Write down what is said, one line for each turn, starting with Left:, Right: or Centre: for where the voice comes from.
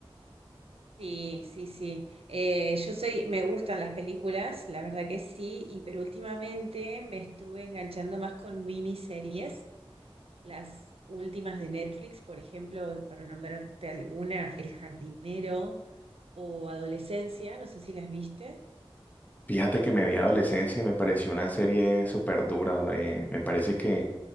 Right: Sí, sí, sí. Eh, yo soy, me gustan las películas, la verdad que sí, y pero últimamente me estuve enganchando más con miniseries, las últimas de Netflix, por ejemplo, para nombrarte alguna, El jardinero o Adolescencia, no sé si las viste.
Left: Fíjate que me vi adolescencia y me pareció una serie súper dura. eh, me parece que